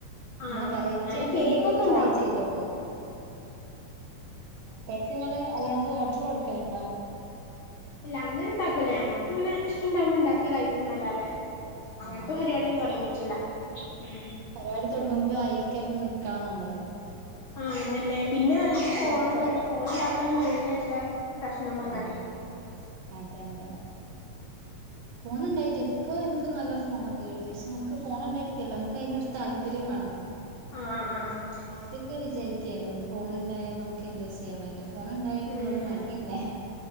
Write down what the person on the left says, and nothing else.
ആഹ്
ആഹ് ഞാന്
കേക്കൊക്കെ
ഇണ്ടാക്കും
ഇല്ല അങ്ങനെ ഉണ്ടാക്കൂല നമ്മക്ക് അങ്ങനെ ഇഷ്ടമുണ്ടാകുമ്പോൾ ഉണ്ടാക്കി കഴിക്കും എന്നല്ലാതെ അങ്ങനത്തെ
പരിപാടിയൊന്നും തുടങ്ങിയിട്ടില്ല ഉം
ആ അതന്നെ പിന്നെ നല്ല
ഫോണും വേണം ഫോണില്ലാത്തതാണ് മെയിൻ ആയിട്ടുള്ള പ്രശ്നം പറഞ്ഞാല്
ആഹ് ആഹ്
ഉം ഉം